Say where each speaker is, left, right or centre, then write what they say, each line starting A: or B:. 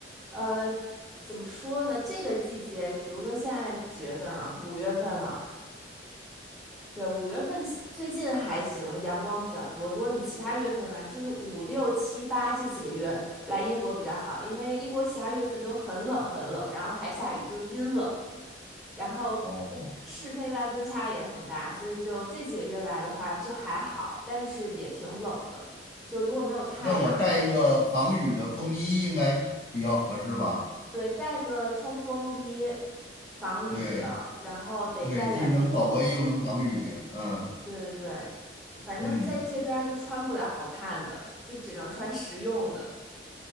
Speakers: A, in the centre; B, on the left (about 55°).
A: 呃，怎么说呢？这个季节，比如说现在几月份啊？五月份了。对，五月份其最近还行，阳光比较多。如果你其他月份来，就是五六七八这几个月来英国比较好，因为英国其他月份都很冷很冷，然后还下雨，就是阴冷。然后
B: 哦。
A: 室内外温差也很大，所以就这几个月来的话就还好，但是也挺冷的。就如果没有太阳，
B: 那我带一个防雨的风衣应该比较合适吧？
A: 对，带个冲锋衣，防雨的，
B: 对
A: 然后得带点儿那种，
B: 对，既能保温又能防雨。嗯
A: 对对对，反正在这边儿就穿不了好看的，
B: 嗯，
A: 就只能穿实用的。